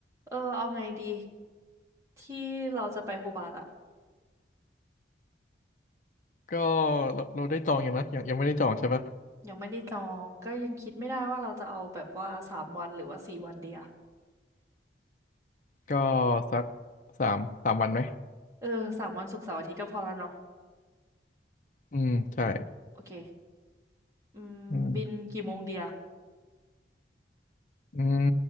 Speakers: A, on the right; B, on the left.
A: เออเอาไงดีที่เราจะไปโฮบาร์ตอะ
B: ก็เราเราได้จองอยู่นะยังยังไม่ได้จองใช่ปะ
A: ยังไม่ได้จองก็ยังคิดไม่ได้ว่าเราจะเอาแบบว่าสามวันหรือว่าสี่วันเดีย
B: ก็สักสามสามวันไหม
A: เออสามวันศุกร์เสาร์อาทิตย์ก็พอแล้วเนาะ
B: อืมใช่
A: โอเคอืมบินกี่โมงเดีย
B: อืมอืม